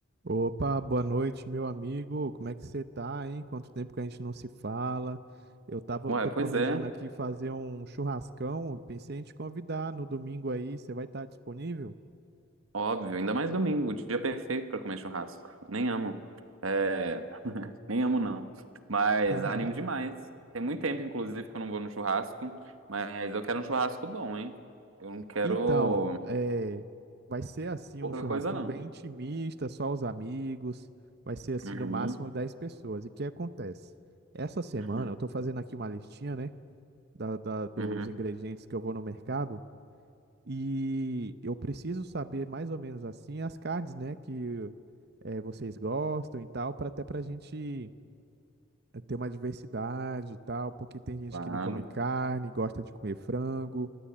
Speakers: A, on the right (about 50°); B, on the right (about 80°).
A: Opa, boa noite, meu amigo. Como é que você tá, hein? Quanto tempo que a gente não se fala? Eu tava,
B: Ué,
A: tô planejando
B: pois é,
A: aqui fazer um churrascão. Pensei em te convidar no domingo aí. Você vai estar disponível?
B: óbvio. Ainda mais domingo, o dia perfeito pra comer churrasco. Nem amo. É, nem amo, não. Mas
A: <laughs>
B: animo demais. Tem muito tempo, inclusive, que eu não vou no churrasco. Mas eu quero um churrasco bom, hein? Eu não quero
A: Então, é, vai ser assim
B: pouca
A: um churrascão
B: coisa, não.
A: bem intimista, só os amigos. Vai ser assim
B: Uhum,
A: no máximo 10 pessoas. E o que acontece? Essa semana
B: uhum,
A: eu tô fazendo aqui uma listinha, né, da, da- dos
B: uhum,
A: ingredientes que eu vou no mercado. E eu preciso saber mais ou menos assim as cards, né, que eh, vocês gostam e tal, para até para a gente é, ter uma diversidade e tal, porque tem gente
B: claro.
A: que não come carne, gosta de comer frango,